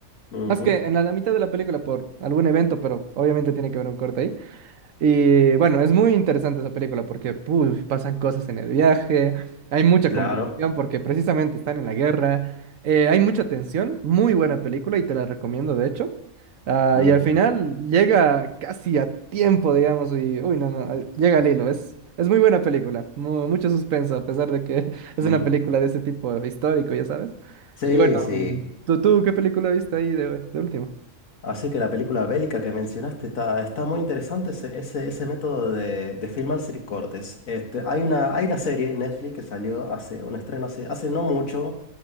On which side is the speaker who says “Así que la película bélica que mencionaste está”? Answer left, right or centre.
Left